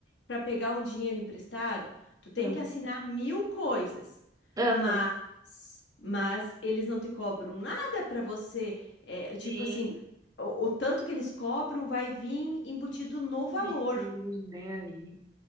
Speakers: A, on the left (about 70°); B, on the right (about 20°).
A: para pegar um dinheiro emprestado, tu tem
B: aham,
A: que assinar mil coisas,
B: aham,
A: mas, mas eles não te cobram nada para você, é, tipo
B: sim.
A: assim, o o tanto que eles cobram vai vir embutido no valor.
B: Jesus, nem aí.